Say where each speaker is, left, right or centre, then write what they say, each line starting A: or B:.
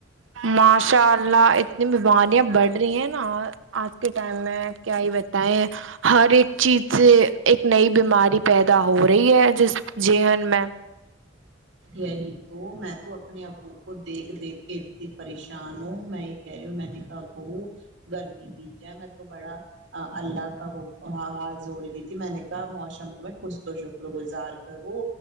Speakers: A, on the right; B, on the right.
A: ماشاء اللہ اتنی بیماریاں بڑھ رہی ہیں نا آج کے ٹائم میں کیا ہی بتائیں ہر ایک چیز سے ایک نئی بیماری پیدا ہو رہی ہے جس جی ہن میں
B: یہی تو میں تو اپنے ابو کو دیکھ دیکھ کے اتنی پریشان ہوں میں کہہ رہی ہوں میں نے کہا ب گرمی بیجا میں تو بڑا اللہ کا وہ ہاتھ جوڑ رہی تھی میں نے کا موسم کو میں کچھ تو شکر گزار کروں